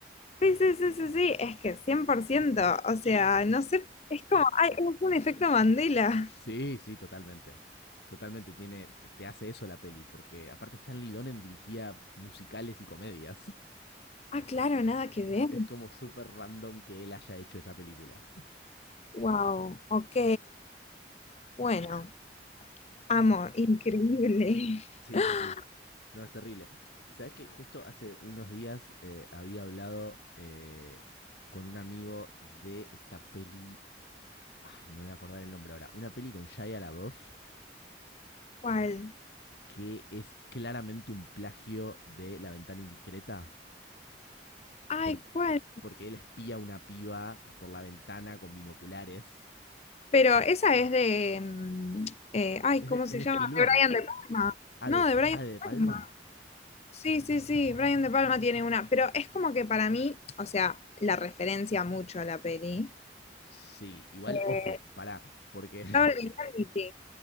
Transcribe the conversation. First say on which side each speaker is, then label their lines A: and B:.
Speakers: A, on the left; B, on the left.
A: Sí, sí, sí, sí, sí, es que cien por ciento o sea, no sé, es como, ay, es un efecto Mandela.
B: Sí, sí, totalmente. Totalmente tiene, te hace eso la peli, porque aparte Stanley Donen dirigía musicales y comedias. <laughs>
A: Ah, claro, nada que ver.
B: Es como súper random que él haya hecho esa película.
A: Wow, ok, bueno, amo, increíble.
B: Sí,
A: <gasps>
B: sí, sí. No, es terrible. ¿Sabes que justo hace unos días eh, había hablado eh, con un amigo de esta peli. Ay, no me voy a acordar el nombre ahora. Una peli con Shia LaBeouf
A: ¿Cuál?
B: que es claramente un plagio de La ventana indiscreta.
A: Ay,
B: Porque,
A: ¿cuál?
B: porque él espía a una piba por la ventana con binoculares.
A: Pero esa es de, mm, eh, ay,
B: ¿Es
A: ¿cómo
B: de, es
A: se
B: de
A: llama?
B: Spielberg?
A: De Brian De Palma.
B: ¿Ah
A: No,
B: de, de-
A: de Brian
B: ah,
A: De
B: de De
A: Palma.
B: Palma?
A: Sí, sí, sí, Brian De Palma tiene una, pero es como que para mí, o sea, la referencia mucho a la peli.
B: Sí, igual,
A: Eh,
B: ojo, pará, porque
A: Double Indemnity.